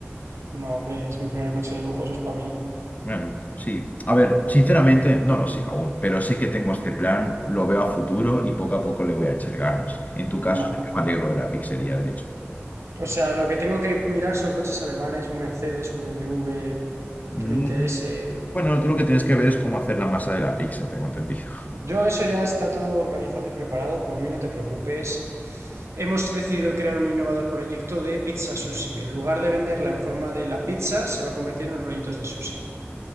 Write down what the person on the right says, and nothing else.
No, hombre, es mi primer coche de lujo, eso es para mí.
Vale.
O sea, lo que tengo que mirar son coches alemanes, un Mercedes, un BMW,
que me interese.
Yo, eso ya está todo organizado y preparado, por mí no te preocupes. Hemos decidido crear un innovador proyecto de pizza sushi. En lugar de venderla en forma de la pizza, se va a convertir en rollitos de sushi.